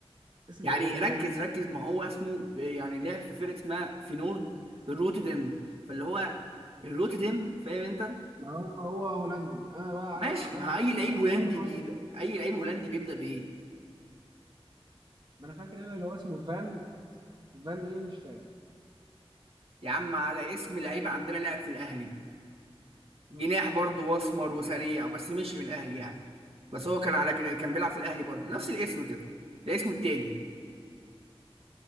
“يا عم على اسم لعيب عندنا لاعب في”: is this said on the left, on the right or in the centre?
Right